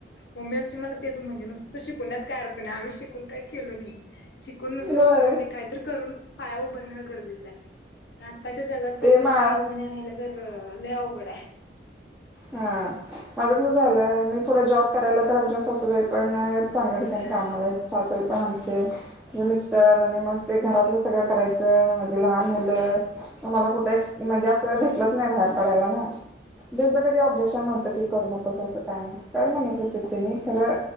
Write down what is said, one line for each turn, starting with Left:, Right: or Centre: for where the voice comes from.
Left: मम्मी आमची मला तेच म्हणजे नुसतं शिकवण्यात काय अर्थ नाही आम्ही शिकून काय केलो नाहीये शिकून नुसतं
Centre: होय
Left: उपयोगणे काय तर करून पाया उभं राहणं गरजेचं आहे आत्ताच्या जगात तर
Centre: ते
Left: जर
Centre: मा
Left: पाया उभण्या राहिल्या तर लया उघड आहे
Centre: हा माझं कसं झालं मी पुढे जॉब करायला तर आमच्या सासूबाई पण चांगल्या ठिकाणी काम आलाय सासरे पण आमचे म्हणजे मिस्टर आणि मग ते घरातलं सगळं करायचं मग माझे लहान मुलं मला कुठे म्हणजे अस भेटलंच नाही बाहेर पडायला ना त्यां कधी ऑब्जेक्शन नव्हतं करू मग कसं असं काय कर म्हणत होते तेनी खरं